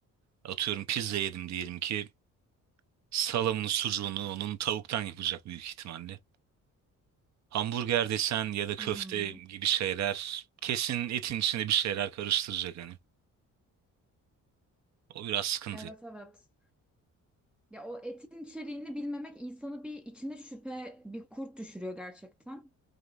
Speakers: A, on the right (about 60°); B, in the centre.
A: Atıyorum pizza yedim diyelim ki salamını sucuğunu onun tavuktan yapacak büyük ihtimalle. Hamburger desen ya da köfte
B: Hmm.
A: gibi şeyler kesin etin içinde bir şeyler karıştıracak hani. O biraz sıkıntı
B: Evet
A: ya.
B: evet. Ya o etin içeriğini bilmemek insanı bir içine şüphe, bir kurt düşürüyor gerçekten.